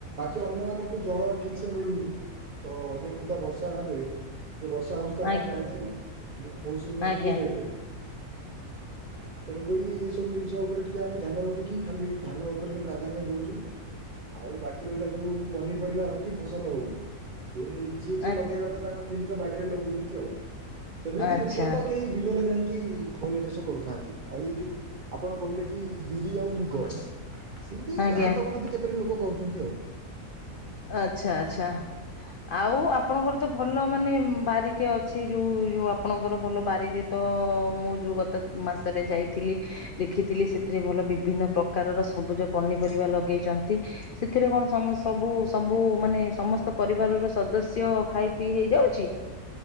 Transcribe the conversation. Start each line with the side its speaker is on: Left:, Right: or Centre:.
Right: ତ ଅନ୍ୟ ମାନଙ୍କୁ ଜଳ ଠିକ ସେ ମିଳୁନି ତ ଅନିୟମିତା ବର୍ଷା ଭାବେ ଯୋଉ ବର୍ଷା ହେଉଛି ତ ଆପଣ
Left: ଆଜ୍ଞା।
Right: ଜାଣିଥିବେ ମୌ-ମୌସୁମୀ
Left: ଆଜ୍ଞା
Right: ଆସୁଛି ଲେଟ ରେ। ତେଣୁକରି ଏଇସବୁ ଜିନିଷ ଉପରେ ଟିକେ ଆମେ ଧ୍ୟାନ ରଖିକି ଖାଲି ଧାନ ଉପରେ ହି ପ୍ରାଧାନ୍ୟ ଦଉଛୁ ଆଉ ବାକି ରହିଲା ଯୋଉ ପନିପରିବା ହଉ କି ଫସଲ ହଉ ସିଏ ଯିଏ ଯିଏ
Left: ଆ
Right: ଲଗେଇବା କଥା ତାଙ୍କ ଜିନିଷ ବାଡିରେ ଲଗଉଛନ୍ତି ଆଉ ସେମିତି
Left: ଆଚ୍ଛା
Right: ମୁଖ୍ୟତଃ କେହି ବିଲରେ ଯାଇଁକି ପରିବା ଚାଷ କରୁନାହାନ୍ତି ଆଉ ଏଇ ଯୋଉ ଆପଣ କହିଲେ କି ବିରି ଆଉ ମୁଗ। ସେମିତି
Left: ଆଜ୍ଞା
Right: ହାତ ଗଣତି କେତୋଟି ଲୋକ କରୁଛନ୍ତି ଆଉ।
Left: ଆଚ୍ଛା ଆଚ୍ଛା। ଆଉ ଆପଣଙ୍କର ତ ଭଲ ମାନେ ବାରିଟେ ଅଛି ଯୋଉ ଯୋଉ ଆପଣଙ୍କର ଭଲ ବାରିରେ ତ ମୁଁ ଯୋଉ ଗତ ମାସରେ ଯାଇଥିଲି ଦେଖିଥିଲି ସେଥିରେ ଭଲ ବିଭିନ୍ନ ପ୍ରକାରର ସବୁଜ ପନିପରିବା ଲଗେଇଛନ୍ତି ସେଥିରେ କଣ ସମ ସବୁ ସବୁ ମାନେ ସମସ୍ତ ପରିବାରର ସଦସ୍ୟ ଖାଇ ପିଇ ହେଇଯାଉଛି?